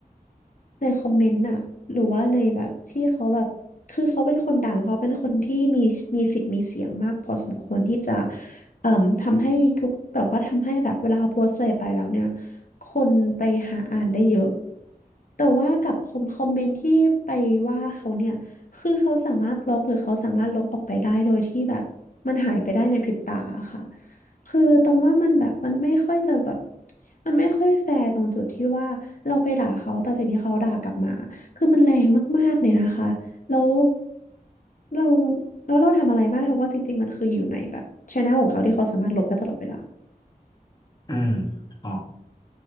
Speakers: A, on the left; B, on the left.
A: ในคอมเมนต์น่ะหรือว่าในแบบที่เขาแบบคือเขาเป็นคนดังเขาเป็นคนที่มีมีสิทธิ์มีเสียงมากพอสมควรที่จะเอ่อทำให้ทุกแบบว่าทำให้แบบเวลาเขาโพสต์อะไรไปแล้วเนี่ยคนไปหาอ่านได้เยอะ แต่ว่ากับคอมคอมเมนต์ที่ไปว่าเขาเนี่ยคือเขาสามารถบล็อกหรือเขาสามารถลบออกไปได้โดยที่แบบมันหายไปได้ในพริบตาค่ะคือตรงว่ามันแบบมันไม่ค่อยจะแบบมันไม่ค่อยแฟร์ตรงจุดที่ว่าเราไปด่าเขาแต่สิ่งที่เขาด่ากลับมาคือมันแรงมากๆเลยนะคะแล้วเราแล้วเราทำอะไรไม่ได้เพราะว่าจริงๆมันคืออยู่ในแบบช anel ของเขาที่เขาสามารถลบได้ตลอดเวลา
B: อืมครับ